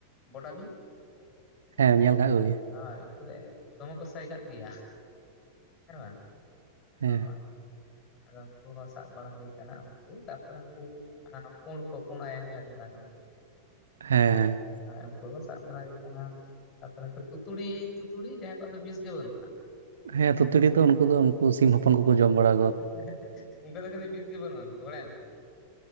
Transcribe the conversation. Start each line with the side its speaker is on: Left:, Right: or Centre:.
Left: ᱵᱚᱰᱟ ᱵᱤᱧ?
Right: ᱦᱮᱸ ᱧᱮᱞ ᱟᱠᱟᱜ ᱠᱚᱜᱮᱭᱟ ᱾
Left: ᱦᱳᱭ ᱩᱱᱠᱩ ᱫᱚ ᱫᱚᱢᱮ ᱠᱚ ᱥᱟᱭᱜᱟᱫ ᱜᱮᱭᱟ, ᱦᱮᱸ ᱵᱟᱝ
Right: ᱦᱮᱸ
Left: ᱦᱳᱭ ᱾ ᱟᱫᱚ ᱩᱱᱠᱩ ᱦᱚᱸ ᱥᱟᱵ ᱵᱟᱲᱟ ᱦᱩᱭ ᱟᱠᱟᱱᱟ ᱩᱱᱠᱩ ᱛᱟᱯᱚᱨᱮ ᱩᱱᱠᱩᱼᱼ ᱚᱱᱮ ᱯᱳᱲ ᱠᱚ ᱯᱳᱲ ᱟᱭᱟᱝ ᱡᱟᱦᱟᱸᱭ ᱠᱚ ᱢᱮᱛᱟ ᱠᱚ ᱠᱟᱱᱟ ᱾
Right: ᱦᱮᱸᱻ
Left: ᱦᱮᱸ ᱩᱱᱠᱩ ᱠᱚ ᱥᱟᱵ ᱵᱟᱲᱟᱭ ᱠᱟᱱᱟ, ᱛᱟᱨᱯᱚᱨᱮ ᱛᱩᱛᱩᱲᱤ ᱛᱩᱛᱩᱲᱤ ᱡᱟᱦᱟᱸᱭ ᱠᱚᱣᱟᱜ ᱫᱚ ᱵᱤᱥ ᱜᱮ ᱵᱟᱹᱱᱩᱜᱼᱟ᱾
Right: ᱦᱮᱸ ᱛᱩᱛᱩᱲᱤ ᱫᱚ ᱩᱱᱠᱩ ᱫᱚ ᱩᱱᱠᱩ ᱥᱤᱢ ᱦᱚᱯᱚᱱ ᱠᱚᱠᱚ ᱡᱚᱢ ᱵᱟᱲᱟᱼᱼ
Left: <unintelligible> ᱩᱱᱠᱩᱣᱟᱜ ᱫᱚ ᱠᱤᱱᱛᱩ ᱵᱤᱥ ᱜᱮ ᱵᱟᱹᱱᱩᱜᱼᱟ ᱵᱟᱲᱟᱭᱟᱢ ᱛᱚᱼᱼ